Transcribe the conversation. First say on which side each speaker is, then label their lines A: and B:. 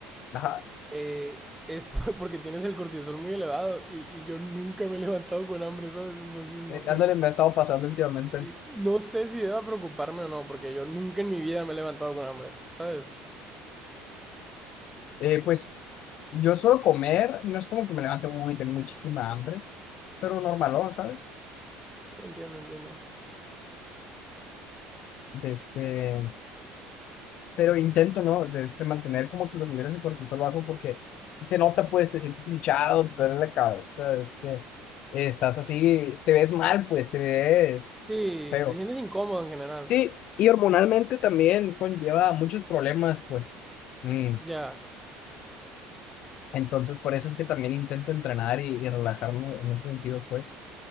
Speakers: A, on the left; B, in the centre.
A: ajá,
B: eh, es por- <laughs> porque tienes el cortisol muy elevado y, y yo nunca me he levantado con hambre, ¿sabes? Entonces no
A: eh,
B: sé.
A: ándale, me ha estado pasando últimamente.
B: Sí, No sé si deba preocuparme o no, porque yo nunca en mi vida me he levantado con hambre, ¿sabes?
A: Eh, pues yo suelo comer, no es como que me levante, uy, tengo muchísima hambre, pero normalón, ¿sabes?
B: Sí, entiendo, entiendo.
A: Desde, pero intento, ¿no? De este, mantener como que los niveles de cortisol bajos porque si se nota, pues te sientes hinchado, te duele la cabeza, este, eh, estás así, te ves mal, pues te ves
B: Sí,
A: feo.
B: te sientes incómodo en general.
A: Sí, y hormonalmente también conlleva muchos problemas, pues. Mm,
B: Ya.
A: Entonces, por eso es que también intento entrenar y, y relajarme en ese sentido, pues.